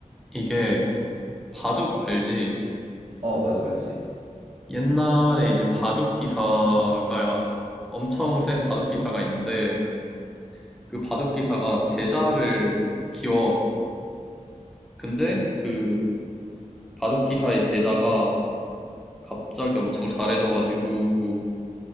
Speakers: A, in the centre; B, on the right.
A: 이게 바둑 알지?
B: 어, 바둑 알지.
A: 옛날에 이제 바둑 기사가 엄청 센 바둑 기사가 있는데 그 바둑 기사가 제자를 키워. 근데 그 바둑 기사의 제자가 갑자기 엄청 잘해져가지고